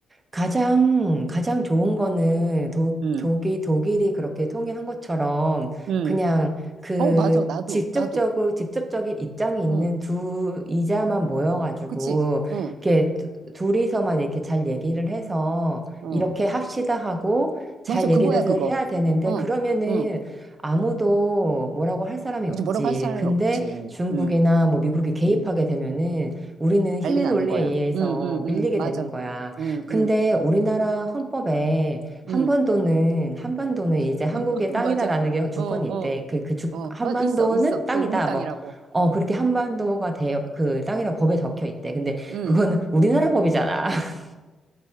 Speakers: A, on the right (about 20°); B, on the right (about 75°).
A: 가장, 가장 좋은
B: 응,
A: 거는 독,
B: 응,
A: 독이, 독일이 그렇게 통일한 것처럼
B: 응.
A: 그냥 그
B: 어, 맞아. 나도,
A: 직접적으로,
B: 나도.
A: 직접적인 입장이 있는
B: 응,
A: 두 이자만 모여가지고
B: 그치. 응,
A: 이렇게 두- 둘이서만 이렇게 잘 얘기를 해서
B: 응.
A: 이렇게 합시다 하고 잘
B: 맞아, 그거야,
A: 얘기를 해서
B: 그거.
A: 해야 되는데
B: 어,
A: 그러면은
B: 응.
A: 아무도 뭐라고 할 사람이
B: 그치,
A: 없지.
B: 뭐라고 할 사람이
A: 근데
B: 없지.
A: 중국이나
B: 응,
A: 뭐 미국이 개입하게
B: 응.
A: 되면은 우리는
B: 난리
A: 힘의
B: 나는
A: 논리에
B: 거야.
A: 의해서
B: 응, 응, 응.
A: 밀리게
B: 맞아.
A: 되는 거야.
B: 응,
A: 근데
B: 응,
A: 우리나라 헌법에 한반도는
B: 응.
A: 한반도는 이제 한국의
B: <laughs>
A: 땅이다라는
B: 맞아.
A: 게 주권이
B: 어, 어,
A: 있대. 그 그 주
B: 어.
A: 한반도는
B: 맞, 있어, 있어.
A: 땅이다.
B: 그, 우리 땅이라고.
A: 뭐 어,
B: 어,
A: 그렇게 한반도가 대, 그 땅이라고 법에 적혀 있대. 근데
B: 응.
A: 그거는 우리나라 법이잖아. <laughs>